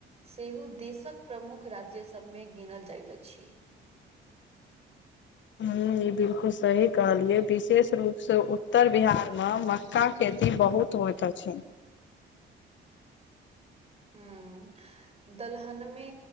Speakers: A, on the right; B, on the left.
A: सेहो देशक प्रमुख राज्य सभमे गिनल जाइत अछि
B: ह ई बिलकुल सही कहलियै विशेष रूपसँ उत्तर बिहारमे मक्काक खेती बहुत त होइत अछि
A: ह्म दलहनमे